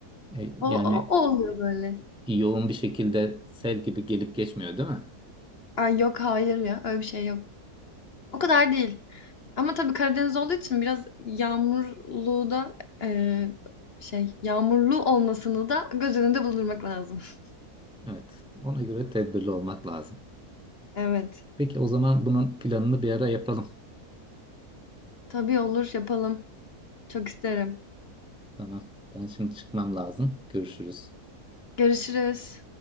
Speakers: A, in the centre; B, on the left (about 45°).
A: E,
B: O,
A: yani
B: o, o oluyor böyle.
A: yoğun bir şekilde sel gibi gelip geçmiyor değil mi?
B: Ay yok hayır ya öyle bir şey yok. O kadar değil. Ama tabii Karadeniz olduğu için biraz yağmurlu da, eee, şey, yağmurlu olmasını da göz önünde bulundurmak lazım. <laughs>
A: Evet. Ona göre tedbirli olmak lazım.
B: Evet.
A: Peki o zaman bunun planını bir ara yapalım.
B: Tabii olur, yapalım. Çok isterim.
A: Tamam. Ben şimdi çıkmam lazım. Görüşürüz.
B: Görüşürüz.